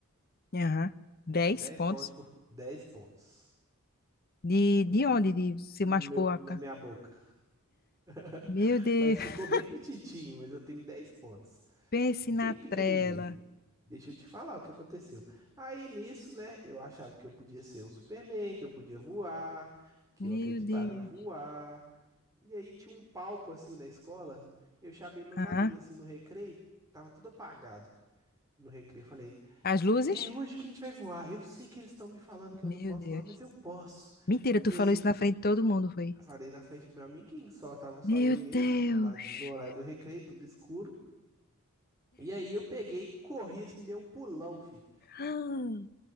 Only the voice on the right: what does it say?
dez
pontos por 10 pontos
Pu-
no
meu,
na
minha boca. <laughs>
Mas
ficou bem pititinho, mas eu tenho 10 pontos.
Bem
pequenininho.
Deixa eu te falar o que aconteceu. Aí nisso, né, eu achava que eu podia ser o Superman, que eu podia voar, que
eu acreditava
em voar. E aí tinha um palco assim na escola. Eu chamei meus
amigos assim no recreio, tava tudo apagado. No recreio eu falei:
"É hoje que a gente vai voar. Eu sei que eles estão me falando que
eu não posso
voar, mas eu posso".
E
aí
eu falei na frente do meu amiguinho, só tava só
eu e ele
lá no horário do recreio, tudo escuro. E aí eu peguei, corri assim, dei um pulão, fi.